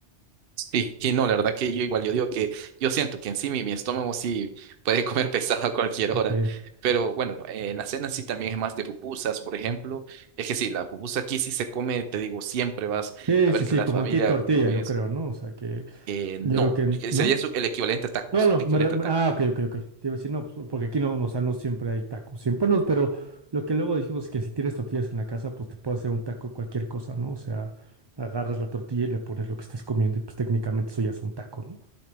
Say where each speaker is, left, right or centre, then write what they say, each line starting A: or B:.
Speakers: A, on the right; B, on the right.
A: Sí, y no, la verdad que yo igual, yo digo que yo siento que en sí mi, mi estómago sí puede comer <laughs> pesado a cualquier
B: Ok.
A: hora, pero bueno, eh, en la cena sí también es más de pupusas, por ejemplo, es que sí, la pupusa aquí sí se come, te digo, siempre vas
B: Sí,
A: a ver
B: sí, sí,
A: que la
B: como
A: familia
B: aquí tortilla,
A: come
B: yo
A: eso.
B: creo, ¿no? O sea que
A: Eh,
B: yo
A: no,
B: creo que,
A: que
B: ¿no?
A: sería su- el equivalente a tacos,
B: No, no,
A: el equivalente
B: me re-
A: a tacos.
B: ah, ok, ok, ok. Te iba a decir, no, pues, porque aquí no, no, o sea, no siempre hay tacos, siempre no, pero lo que luego dijimos es que si tienes tortillas en la casa, pues te puede hacer un taco de cualquier cosa, ¿no? O sea, agarras la tortilla y le pones lo que estés comiendo y pues técnicamente eso ya es un taco, ¿no?